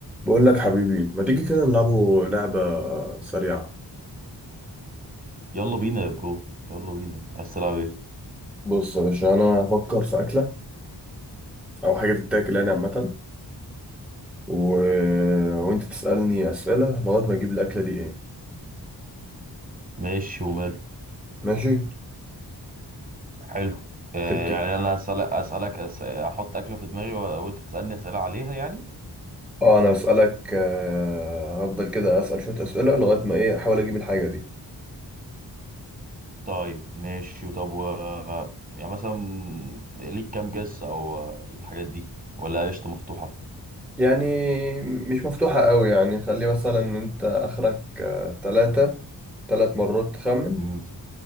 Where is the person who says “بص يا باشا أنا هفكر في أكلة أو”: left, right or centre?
Centre